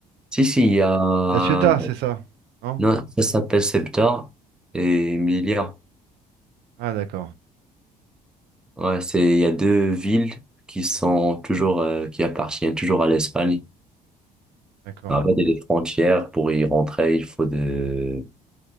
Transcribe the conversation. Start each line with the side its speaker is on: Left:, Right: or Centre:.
Centre: Si, si, il y a...
Right: La Ciotat, c'est ça, non?
Centre: Non, ça s'appelle Ceuta et Melilla.
Right: Ah d'accord.
Centre: Ouais, c'est, il y a deux villes qui sont toujours, euh, qui appartiennent toujours à l'Espagne.
Right: D'accord.
Centre: En fait, il y a des frontières. Pour y rentrer, il faut de,